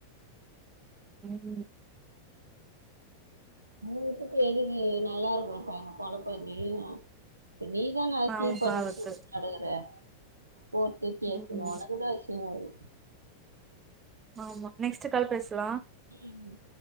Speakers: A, on the right; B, on the right.
A: ம்
B: உ வீட்டுக்கு எதுக்கு நல்லா இருக்குற பையன கொழப்றத <unintelligible> நீதான அசிங்
A: பாவோ
B: பண்ணி
A: பாவத்து
B: ஷூட்டிங் நடக்கற போ து கேக்கனு
A: ம்
B: ஒனக்கு தா அசிங்கொ அது
A: ஆமா நெக்ஸ்ட் கால் பேசலா
B: ம்